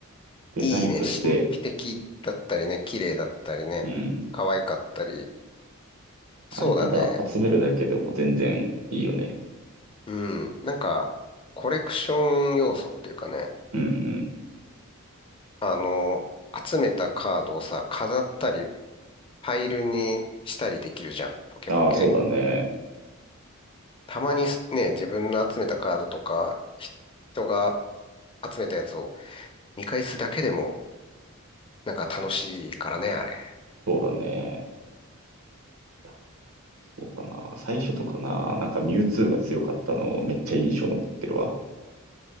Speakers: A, on the right; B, on the left.
A: デザインとして
B: いいね。神秘的だったりね、綺麗だったりね、
A: うん。
B: 可愛かったり。そうだね。
A: あれ、ただ集めるだけでも全然いいよね。
B: うん。なんか、コレクション要素っていうかね、
A: うん
B: あの、集めたカードをさ、飾ったり、ファイルにしたりできるじゃん。ポケポケ。
A: うん。ああ、そうだね。
B: たまにすね、自分の集めたカードとか、人が集めたやつを見返すだけでも、なんか楽しいからね、あれ。
A: そうだね。いやそうだな。最初とかな、なんかミュウツーが強かったの、めっちゃ印象残ってるわ。